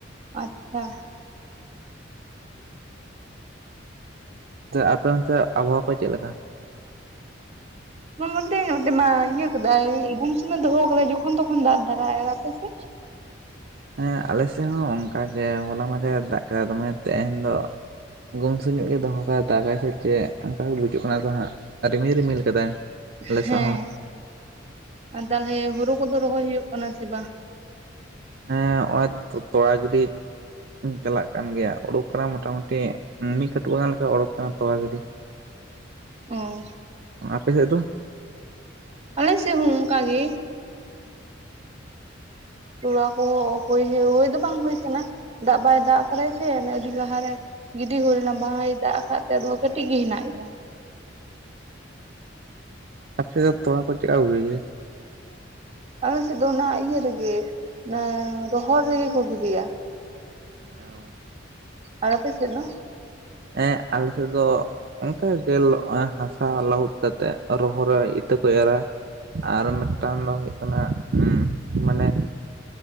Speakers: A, on the right; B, on the right.
A: ᱟᱪᱪᱷᱟ,
B: ᱟᱯᱮ ᱚᱱᱛᱮ ᱟᱵᱚᱦᱟᱣᱟ ᱠᱚ ᱪᱮᱫ ᱞᱮᱠᱟ?
A: ᱚᱱᱟ ᱢᱚᱫᱽᱫᱷᱮ ᱱᱚᱛᱮ ᱢᱟ ᱤᱭᱟᱹ ᱠᱟᱫᱟᱭ ᱜᱩᱢ ᱥᱩᱢᱮ ᱫᱚᱦᱚ ᱟᱠᱟᱫᱟᱭ ᱡᱚᱠᱷᱚᱱ ᱛᱚᱠᱷᱚᱱ ᱫᱟᱜ ᱫᱷᱟᱨᱟᱭ ᱟᱯᱮᱥᱮ?
B: ᱦᱮᱸ ᱟᱞᱮ ᱥᱮᱫ ᱦᱚᱸ ᱚᱱᱠᱟᱜ ᱜᱮ ᱦᱚᱞᱟ ᱢᱟᱫᱷᱮᱨ ᱫᱟᱜ ᱠᱮᱫᱟ ᱫᱚᱢᱮ ᱛᱮᱦᱮᱧ ᱫᱚ, ᱜᱩᱢᱥᱩ ᱧᱚᱜ ᱜᱮᱭ ᱫᱚᱦᱚ ᱠᱟᱟᱭ ᱫᱟᱜᱟᱭ ᱥᱮ ᱪᱮᱫ ᱚᱱᱠᱟ ᱜᱮ ᱵᱩᱡᱩᱜ ᱠᱟᱱᱟ ᱛᱚ ᱦᱟᱸᱜ ᱨᱤᱢᱤᱞ ᱨᱤᱢᱤᱞ ᱠᱟᱫᱟᱭ ᱟᱞᱮ
A: ᱦᱮᱸ
B: ᱥᱮᱫ ᱦᱚᱸ
A: ᱛᱟᱦᱚᱞᱮ ᱦᱩᱲᱩ ᱠᱚᱫᱚ ᱨᱚᱦᱚᱭ ᱦᱩᱭᱩᱜ ᱠᱟᱱᱟ ᱥᱮ ᱵᱟᱝ?
B: ᱦᱮᱸ ᱚᱜ ᱛᱚ ᱛᱚᱲᱟ ᱜᱤᱰᱤ ᱪᱟᱞᱟᱜ ᱠᱟᱱ ᱜᱮᱭᱟ ᱩᱰᱳᱠ ᱠᱟᱱᱟ ᱢᱚᱴᱟᱢᱩᱴᱤ ᱢᱤᱫ ᱠᱟᱹᱴᱩ ᱜᱟᱱ ᱞᱮᱠᱟ ᱩᱰᱳᱠ ᱠᱟᱱᱟ ᱛᱚᱲᱟ ᱜᱤᱹᱰᱤ,
A: ᱚᱸ
B: ᱟᱯᱮᱥᱮᱫ ᱫᱚ?
A: ᱟᱞᱮ ᱥᱮᱫ ᱦᱚᱸ ᱚᱱᱠᱟ ᱜᱮ ᱛᱚᱞᱟ ᱠᱚᱦᱚᱸ ᱦᱩᱭ ᱦᱳᱭ ᱫᱚ ᱵᱟᱝ ᱦᱩᱭ ᱠᱟᱱᱟ ᱫᱟᱜ ᱵᱟᱭ ᱫᱟᱜ ᱠᱟᱫᱟ ᱥᱮ ᱟᱹᱰᱤ ᱞᱟᱦᱟᱨᱮ, ᱜᱤᱰᱤ ᱦᱩᱭᱳ ᱞᱮᱱᱟ ᱵᱟᱦᱟᱭ ᱫᱟᱜ ᱟᱠᱟᱫ ᱛᱮ ᱟᱫᱚ ᱠᱟᱹᱴᱤᱡ ᱜᱮ ᱦᱮᱱᱟᱜ ᱜᱮᱭᱟ,
B: ᱟᱯᱮ ᱥᱮᱫ ᱫᱚ ᱛᱚᱲᱟ ᱠᱚ ᱪᱮᱫᱠᱟ ᱠᱚ ᱜᱤᱵᱤ ᱭᱟ?
A: ᱟᱞᱮᱥᱮᱫ ᱫᱚ ᱚᱱᱟ ᱤᱭᱟᱹ ᱨᱮᱜᱮ ᱢᱟᱱᱮ ᱨᱚᱦᱚᱲ ᱨᱮᱜᱮ ᱠᱚ ᱜᱤᱰᱤᱭᱟ,
B: ᱚ
A: ᱟᱨ ᱟᱯᱮ ᱥᱮᱫ ᱫᱚ?
B: ᱦᱮᱸ ᱟᱞᱮ ᱥᱮᱫ ᱫᱚ᱾ ᱚᱱᱠᱟ ᱜᱮ ᱦᱟᱥᱟ ᱞᱟᱹᱦᱩᱫ ᱠᱟᱛᱮᱜ ᱨᱚᱦᱚᱨ ᱨᱮ ᱤᱛᱟᱹ ᱠᱚ ᱮᱨᱟ, ᱟᱨ ᱢᱤᱫᱴᱟᱱ ᱫᱚ ᱦᱩᱭᱩᱜ ᱠᱟᱱᱟ ᱢᱟᱱᱮ,